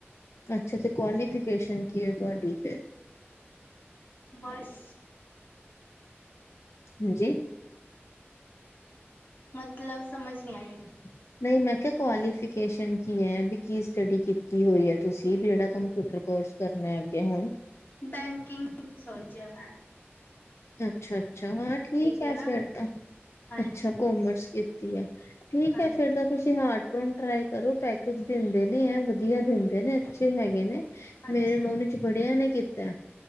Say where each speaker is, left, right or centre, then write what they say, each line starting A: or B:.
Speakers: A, on the left; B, on the left.
A: ਅੱਛਾ ਤੇ ਕੁਆਲੀਫਿਕੇਸ਼ਨ ਕੀ ਹੈ ਤੁਹਾਡੀ ਫੇਰ?
B: ਬਸ।
A: ਹਾਂਜੀ?
B: ਮਤਲਬ ਸਮਝ ਨਹੀਂ ਆਈ।
A: ਹ <inaudible> ਨਹੀਂ ਮੈਂ ਕਿਹਾ ਕੁਆਲੀਫਿਕੇਸ਼ਨ ਕੀ ਹੈ ਵੀ ਕੀ ਸਟੱਡੀ ਕੀਤੀ ਹੋਈ ਹੈ ਤੁਸੀਂ ਜਿਹੜਾ ਕੰਪਿਊਟਰ ਕੋਰਸ ਕਰਨਾ ਹੈ ਅੱਗੇ ਹੁਣ?
B: ਬੈਂਕਿੰਗ ਸੋਚਿਆ ਮੈਂ।
A: ਅੱਛਾ- ਅੱਛਾ ਹਾਂ ਠੀਕ
B: ਦੀ
A: ਹੈ
B: ਨਾ
A: ਫੇਰ ਤਾਂ।
B: ਹਾਂਜੀ
A: ਅੱਛਾ ਕੋਮਰਸ ਕੀਤੀ ਹੈ, ਠੀਕ
B: ਹਾਂਜੀ
A: ਹੈ ਫੇਰ ਤਾਂ ਤੁਸੀਂ ਹਾਰਡਰੋਨ ਟਰਾਈ ਕਰੋ ਪੈਕੇਜ ਦਿੰਦੇ ਨੇ ਇਹ ਵਧੀਆ ਦਿੰਦੇ ਨੇ। ਅੱਛੇ ਹੈਗੇ ਨੇ, ਮੇਰੇ
B: ਅੱਛਾ
A: ਨੋਨ
B: ਜੀ
A: ਚ ਬੜਿਆਂ ਨੇ ਕੀਤਾ ਐ,